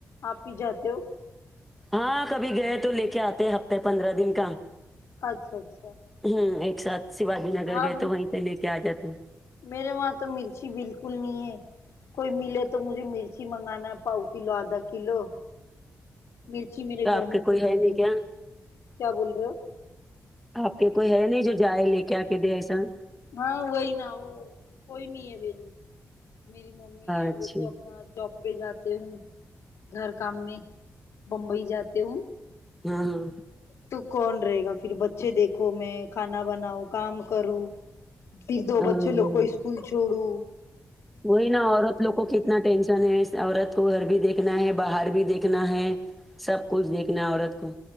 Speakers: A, on the left (about 75°); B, in the centre.
A: آپ ہی جاتے ہو
B: ہاں کبھی گئے تو لے کے آتے ہفتے پندرہ دن کا
A: اچھا اچھا
B: ہوں ایک ساتھ شیواجی نگر
A: ہاں
B: گئے تو وہیں سے لے کے آ جاتا ہے
A: میرے وہاں تو مرچی بالکل نہیں ہے کوئی ملے تو مجھے مرچی منگانا ہے پاؤ کلو آدھا کلو مرچی میرے
B: تو آپ
A: گھر
B: کے
A: میں
B: کوئی
A: کچھ
B: ہے نہیں
A: بی
B: کیا
A: کیا بول رہے ہو
B: آپ کے کوئی ہے نہیں جو جائے لے کے آ کے دے ایسا
A: ہاں وہی نہ وہ کوئی نہیں ہے میری ممی ہے
B: اچھا
A: وہ تو اپنا جاب پہ جاتے ہوں گھر کام میں بمبئی جاتے ہوں
B: ہاں ہاں
A: تو کون رہے گا پھر بچے دیکھو میں کھانا بناؤ کام کروں پھر دو
B: ہاں
A: بچے لگ کو اسکول چھوڑو
B: وہی نا عورت لوگ کو کتنا ٹینشن ہے عورت کو گھر بھی دیکھنا ہے باہر بھی دیکھنا ہے سب کچھ دیکھنا عورت کو